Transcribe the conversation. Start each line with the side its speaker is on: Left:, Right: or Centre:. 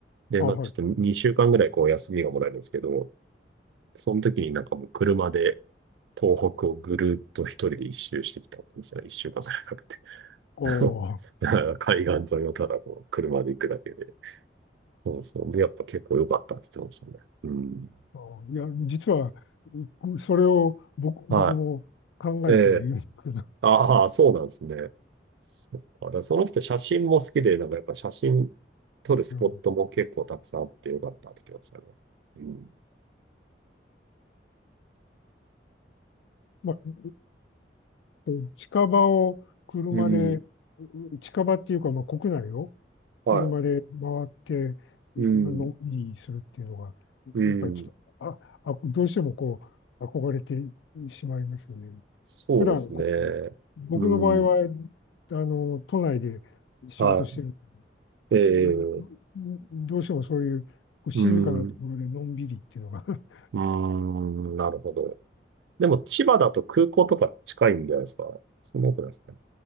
Right: で、
Left: あ、
Right: まあ、
Left: はい。
Right: ちょっと2週間ぐらいこう休みがもらえるんですけど、その時になんかもう車で東北をぐるっと一人で一周してきたんですよね。一週間ぐらいかけて。
Left: お
Right: <laughs>
Left: あ
Right: だから海岸沿いをただこう車で行くだけで。そうそう。で、やっぱ結構良かったって言ってましたね。うん。
Left: あいや、実は、うそれを僕、
Right: は
Left: 僕も考えてはいるんですけど、
Right: い。ええああ、そうなんですね。そっか。だからその人写真も好きで、なんかやっぱ写真撮るスポットも結構たくさんあってよかったって言ってましたね。
Left: うん
Right: うん。
Left: まあ、ううう近場を車で、
Right: うん。
Left: う近場っていうか、まあ、国内を、車で回って、
Right: は
Left: のんびりするっていうのが、
Right: い。うん。うん。
Left: やっぱりちょっと、あ、あ、どうしてもこう、憧れてしまいますよね。
Right: そうですね。
Left: 普段こう、僕の場合は、
Right: うん。
Left: あの、都内で仕事してる、
Right: はい。
Left: うん
Right: ええ
Left: どうしてもそういう、こう静かなところでのんびりっていうのが。
Right: うん。
Left: <laughs>
Right: うん。なるほど。でも、千葉だと空港とか近いんじゃないですか。そんなことないですかね。